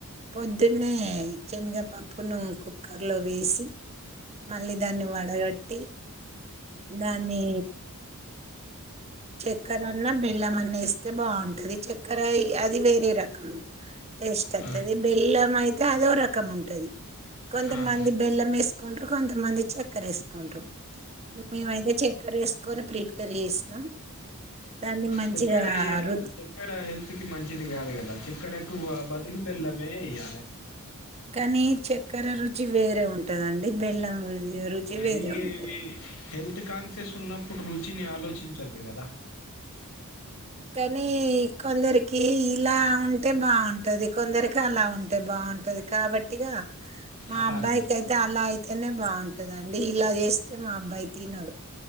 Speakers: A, on the right (about 30°); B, on the left (about 65°).
A: పొద్దున్నే శనగపప్పును కుక్కర్ లో వేసి మళ్ళీ దాన్ని వడగట్టి దాని చక్కరన్నా బె బెల్లం అన్న వస్తే బాగుంటది చక్కెర అది వేరే రకం టేస్ట్ అత్తది
B: ఆహా.
A: బెల్లం అయితే అదో రకం ఉంటది కొంతమంది
B: ఆహా.
A: బెల్లం వేసుకో కొంటారు కొంత మంది చక్కర వేసుకుంటారు మేమైతే చెక్కర్ వేసుకొని ప్రిపేర్ చేసినాం దాన్ని మంచిగా
B: చక్కర ఇక
A: రుద్ద
B: చక్కెర హెల్త్ కి మంచిది కాదు కదా చక్కెర కువ్వ బదులు బెల్లమే ఎయ్యాలే
A: కానీ చక్కెర రుచి వేరే ఉంటదండి బెల్లం రుచి రుచి వేరే
B: ఇగ
A: ఉంటది
B: ఈ హల్త్ కాన్సెస్ ఉన్నప్పుడు రుచిని ఆలోచించద్దు కదా
A: కానీ కొందరికి ఇలా ఉంటే బాగుంటది కొందరికి అలా ఉంటే బాగు బాగుంటది కాబట్టిగా మా
B: అలానే
A: అబ్బాయికి
B: చేసిందా?
A: అయితే అలా అయితేనే బాగుంటందండి ఇలా చేస్త అతే మా అబ్బాయి తినడు